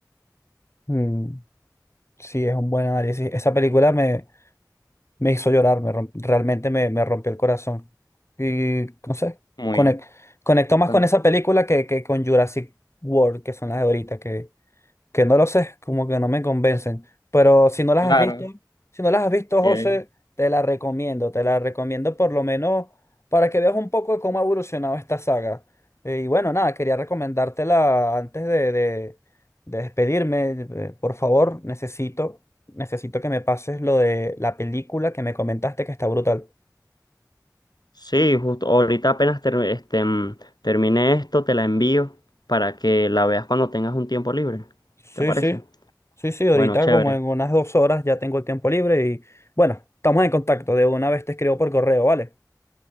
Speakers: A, on the left (about 40°); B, on the left (about 70°).
A: mm, sí, es un buen análisis. Esa película me, me hizo llorar, me romp- realmente me, me rompió el corazón. Y no sé,
B: Muy
A: conec- conectó
B: bastante.
A: más con esa película que, que con Jurassic World, que son las de ahorita, que que no lo sé, como que no me convencen. Pero si no las
B: Claro.
A: has visto, si no las has visto,
B: Eh,
A: José, te la recomiendo, te la recomiendo por lo menos para que veas un poco de cómo ha evolucionado esta saga. Eh, y bueno, nada, quería recomendártela antes de, de- de despedirme. eh, por favor, necesito, necesito que me pases lo de la película que me comentaste que está brutal.
B: sí, justo ahorita apenas ter- este, mm, termine esto, te la envío para que la veas cuando tengas un tiempo libre.
A: Sí,
B: ¿Te parece?
A: sí. Sí, sí, ahorita
B: Bueno, chévere,
A: como en unas dos horas ya tengo el tiempo libre y bueno, estamos en contacto. De una vez te escribo por correo, ¿vale?